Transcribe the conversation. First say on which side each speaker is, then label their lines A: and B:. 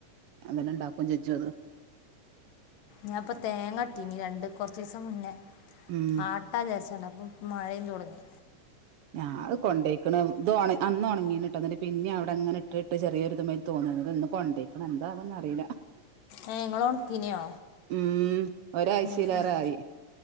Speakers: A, on the right; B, on the left.
A: അന്നെ ഉണ്ടാക്കും ചെച്ചും അത്
B: ഞാപ്പ തേങ്ങട്ടീനി രണ്ട് കൊർച്ചീസം മുന്നേ
A: ഉം
B: ആട്ട് ട്ടാ വിചാരിച്ചാണ്ട് അപ്പം മഴയും തൊടങ്ങി
A: ഞങ്ങള് കൊണ്ടേയ്ക്ക്ണ് ഇത് ഒണ അന്ന് ഒണങ്ങീന്ന്ട്ടാ ന്നിട്ട് പിന്നെ അവിടെങ്ങനെ ഇട്ട്ട്ട് ചെറിയരു ഇത് മ്മ <unintelligible> ഇന്ന് കൊണ്ടേയ്ക്ക്ണ് എന്താവുന്ന് അറിയില്ല
B: ഏഹ് ഇങ്ങള് ഒണക്കീനിയോ
A: ഉം ഒരാരാഴ്ചയിലേറൊയി
B: ഉം എഹ്